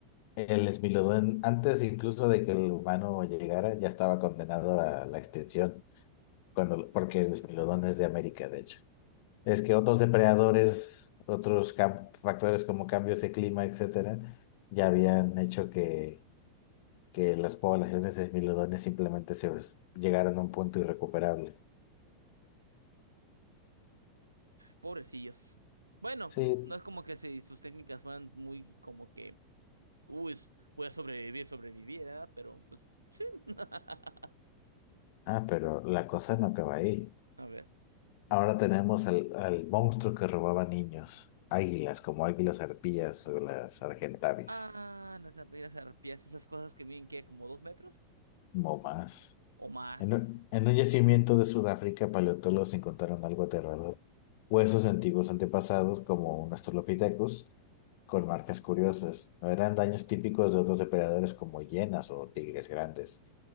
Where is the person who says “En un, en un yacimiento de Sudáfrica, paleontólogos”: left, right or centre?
Left